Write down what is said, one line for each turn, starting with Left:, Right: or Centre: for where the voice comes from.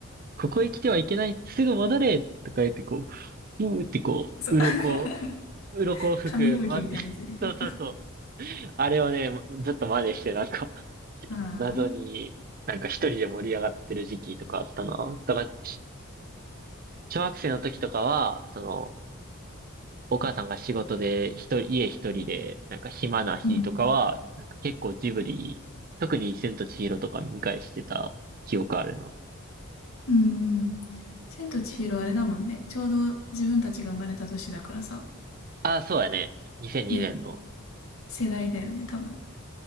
Right: ここへ来てはいけない、すぐ戻れとか言って、こう、うーってこう、
Left: そう。<laughs>
Right: 鱗を、鱗を吹く、
Left: 紙吹雪みたいなやつでしょ。
Right: ま、<laughs> そうそうそう。あれをね、ずっと真似して、なんか、<laughs>
Left: ああ。
Right: 謎に、なんか一人で盛り上がってる時期とかあったな。だから、し小学生の時とかは、その、お母さんが仕事で一人、家一人で、なんか暇な日とかは、
Left: うん。
Right: なんか結構ジブリ、特に千と千尋とか見返してた記憶あるな。
Left: うん。千と千尋あれだもんね。ちょうど自分たちが生まれた年だからさ。
Right: ああ、そうやね。2002年の。
Left: ね。世代だよね、多分。